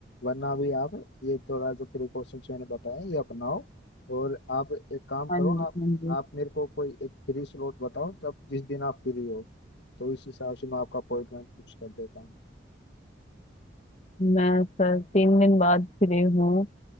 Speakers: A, on the left; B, on the left.
A: वरना भी आप ये थोड़ा जो प्रिकॉशंस मैंने बताया ये अपनाओ और आप एक काम
B: हाँ
A: करो
B: जी
A: आप
B: हाँ जी
A: आप मेरे को कोई एक फ्री स्लॉट बताओ जब जिस दिन आप फ्री हो तो इस हिसाब से मैं आपका अपॉइंटमेंट फिक्स कर देता हूँ
B: मैं सर तीन दिन बाद फ्री हूँ